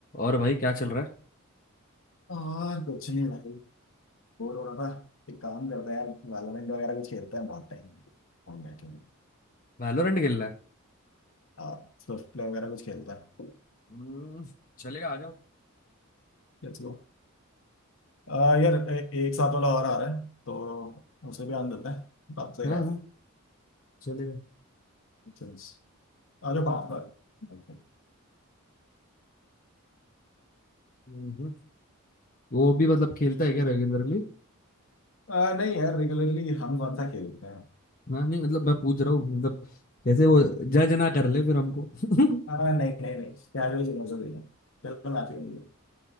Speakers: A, on the left; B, on the left.
A: और भाई क्या चल रहा है
B: हाँ कुछ नहीं भाई बोर हो रहा था एक काम करते हैं यार वैलोरेंट वगैरह कुछ खेलते हैं बहुत टाइम हम बैठे हैं
A: वैलोरेंट खेलना है
B: हाँ स्विफ्ट प्ले वगैरह कुछ खेलते हैं
A: हम्म, चलेगा आ जाओ
B: Let's go आ, यार ए, एक साथ वाला और आ रहा है तो उसे भी आन देते हैं बात सही
A: हाँ
B: रहेगा
A: हाँ चलेगा
B: Since- आ जाओ बात कर
A: हम्म। वो भी मतलब खेलता है क्या रेगुलरली
B: आ, नहीं यार रेगुलरली हम कौन सा खेलते हैं
A: हाँ नहीं मतलब मैं पूछ रहा हूँ मतलब जैसे वो जज ना कर ले फिर हमको <laughs>
B: आ, नहीं नहीं नहीं कैजुअल गेम्स होते हैं चलो मैच खेलेंगे